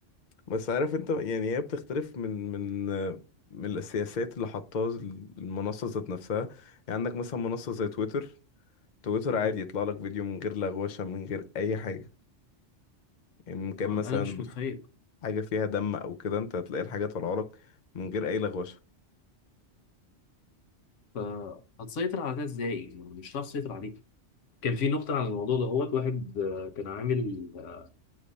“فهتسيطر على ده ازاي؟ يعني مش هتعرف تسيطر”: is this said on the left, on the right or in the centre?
Left